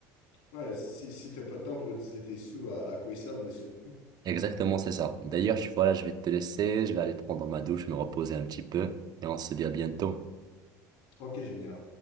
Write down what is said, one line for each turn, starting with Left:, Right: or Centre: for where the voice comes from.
Left: Ouais, si, si t'as pas de temps pour utiliser tes sous, à, à quoi ils servent les sous?
Right: Exactement, c'est ça. D'ailleurs, je, voilà, je vais te laisser, je vais aller prendre ma douche, me reposer un petit peu, et on se dit à bientôt.
Left: Ok, génial.